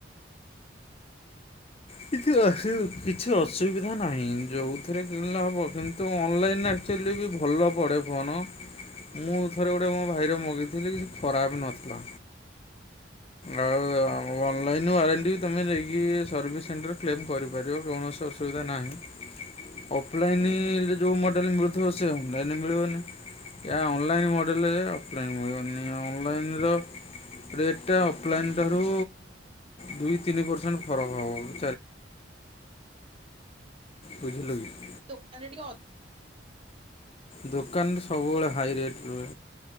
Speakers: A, on the left; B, on the right.
A: କିଛି ଅସୁ, କିଛି ଅସୁବିଧା ନାହିଁ ଯୋଉଥିରେ କିଣିଲେ ହବ। କିନ୍ତୁ ଅନଲାଇନ ଏନା ଆକଚୁଆଲି ବି ଭଲ ପଡ଼େ ଫୋନ। ମୁଁ, ଥରେ ଗୋଟେ ମୋ ଭାଇର ମଗେଇଥିଲି, କିଛି ଖରାପ ନଥିଲା। ଆଉ ଅନଲାଇନ ୱାରେଣ୍ଟି ତମେ ନେଇକି ସର୍ଭିସ୍ ସେଣ୍ଟର୍ କ୍ଲେମ୍ କରିପାରିବ। କୌଣସି ଅସୁବିଧା ନାହିଁ। ଅଫଲାଇନ
B: ହୁଁ
A: ରେ ଯୋଉ ମଡେଲ୍ ମିଳୁଥିବ, ସେ ଅନଲାଇନ୍ ରେ ମିଳିବନି। ଏହା ଅନଲାଇନ୍ ମଡ଼େଲ, ଅଫ୍ଲାଇନ୍ ମିଳିବନି ଅନଲାଇନ୍ ର ରେଟ ଟା ଅଫଲାଇନ୍ ଠାରୁ, ଦୁଇ ତିନି ପରସେଣ୍ଟ୍ ଫରକ ହବ। ବୁଝିଲୁ କି?
B: ଦୋକାନ୍ ରେ ଟିକିଏ ଅ
A: ଦୋକାନ୍ ସବୁବେଳେ ହାଇ ରେଟ୍ ରୁହେ,